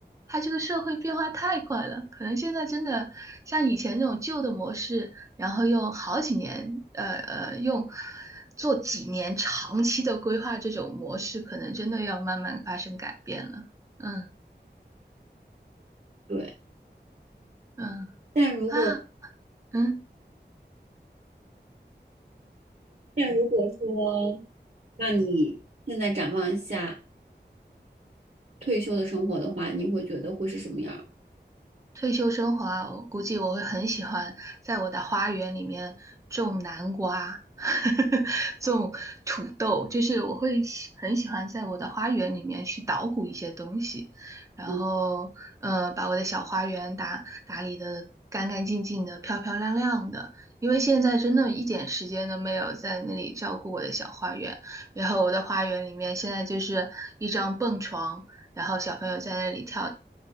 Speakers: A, on the right; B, on the right.
A: 它这个社会变化太快了，可能现在真的像以前那种旧的模式，然后用好几年，呃呃，用做几年长期的规划这种模式，可能真的要慢慢发生改变了。嗯
B: 对
A: 嗯啊
B: 但如果
A: 嗯。
B: 但如果说让你现在展望一下退休的生活的话，你会觉得会是什么样儿
A: 退休生活啊，我估计我会很喜欢在我的花园里面种南瓜，<laughs> 种土豆，就是我会喜很喜欢在我的花园里面去捣鼓一些东西，然后呃，
B: 嗯
A: 把我的小花园打打理的干干净净的、漂漂亮亮的。因为现在真的一点时间都没有在那里照顾我的小花园，然后我的花园里面现在就是一张蹦床，然后小朋友在那里跳。